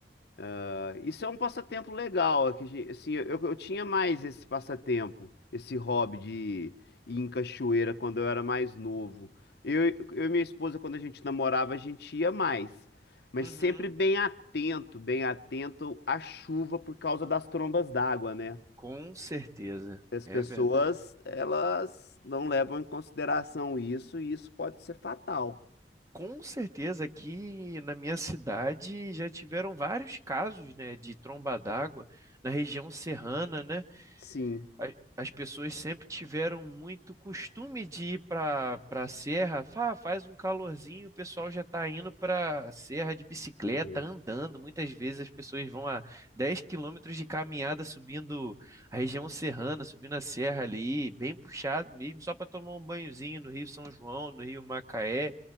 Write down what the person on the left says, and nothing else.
ah, isso é um passatempo legal, é que, a gen- assim, eu, eu tinha mais esse passatempo, esse hobby de ir em cachoeira quando eu era mais novo. Eu, eu e minha esposa, quando a gente namorava, a gente ia mais, mas
sempre bem atento, bem atento à chuva por causa das trombas d'água, né?
As
pessoas,
elas não levam em consideração isso e isso pode ser fatal.
Sim.
Hum.